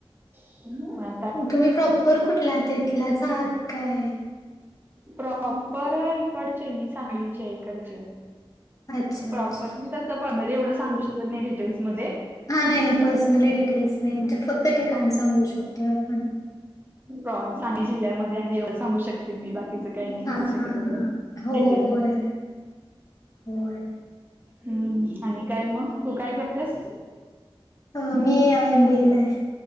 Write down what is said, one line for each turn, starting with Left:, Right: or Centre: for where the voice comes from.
Right: ह् <unintelligible>
Left: तुम्ही प्रॉपर कुठल्याात येथलाच आहात काय.
Right: प्रॉपर इकडचे मी सांगलीचे आहे इकडचे.
Left: अच्छा
Right: प्रॉपर्टी
Left: अच्छा
Right: तसं पनली एवढं सांगू शकत नाही डिटेल्समध्ये.
Left: हा नाही नाही पर्सनली डिटेल्स नाही, फक्त ठिकाण सांगू शकतोय आपण.
Right: सांगली जिल्ह्यामध्ये आहे सांगू शकते मी बाकीच. काही नाही
Left: हा
Right: कर शकत
Left: हा हा हो
Right: डिटेल.
Left: होय होय अ,
Right: हम्म आणि काय मग तू काय करतेस.
Left: हो मी एम बी ए आहे